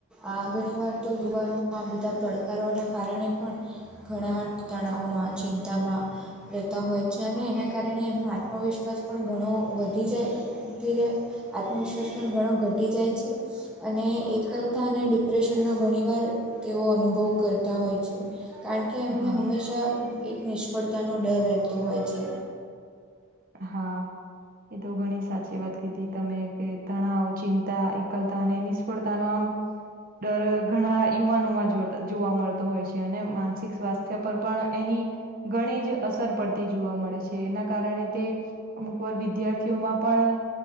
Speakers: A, in the centre; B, on the right.
A: આ ઘણી વાર તો યુવાનો આ બધા પડકારોના કારણે પણ ઘણા તણાવમાં ચિંતામાં રહેતા હોય છે અને એના કારણે એમનો આત્મવિશ્વાસ પણ ઘણો વધી જાયી જાય તે આત્મવિશ્વાસ પણ ઘણો ઘટી જાય છે અને એકલતા અને ડિપ્રેશનનો ઘણીવાર તેઓ અનુભવ કરતા હોય છે કારણ કે એમને
B: હા
A: હંમેશા એક નિષ્ફળતાનો ડર રહેતો હોય છે
B: હા એ તો ઘણી સાચી વાત કીધી તમે કે તણાવ ચિંતા એકતા એકલતા અને નિષ્ફળતાનો આમ ડર ઘણા યુવાનોમાં જોતા જોવા મળતો હોય છે અને માનસિક સ્વાસ્થ્ય પર પણ એની ઘણી જ અસર પડતી જોવા મળે છે એના કારણે તે અમુક વાર વિદ્યાર્થીઓમાં પણ